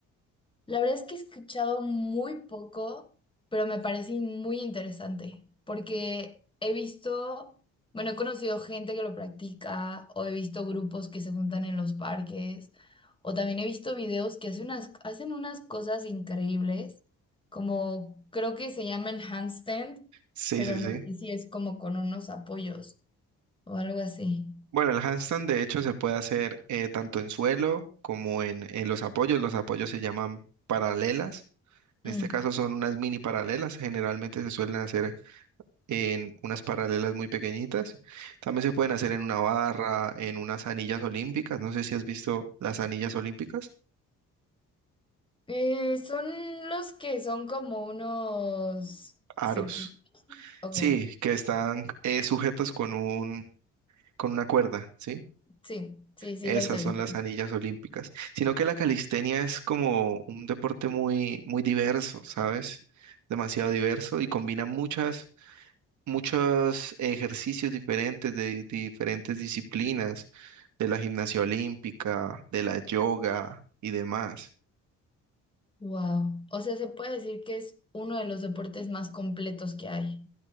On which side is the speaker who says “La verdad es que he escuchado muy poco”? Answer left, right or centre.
Left